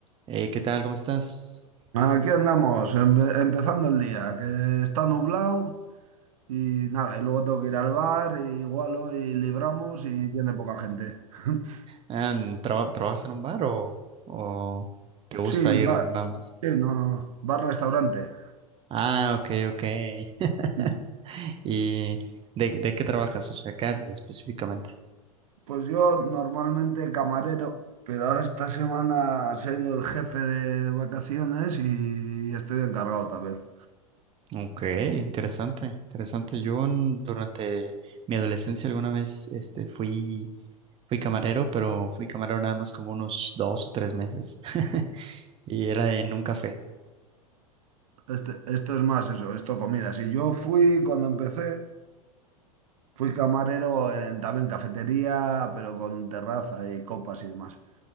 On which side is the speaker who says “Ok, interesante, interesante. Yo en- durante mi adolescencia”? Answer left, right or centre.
Right